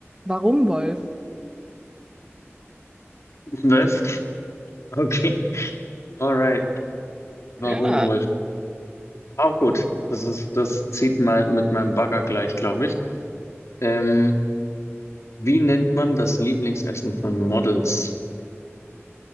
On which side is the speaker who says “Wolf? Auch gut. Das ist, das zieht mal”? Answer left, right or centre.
Left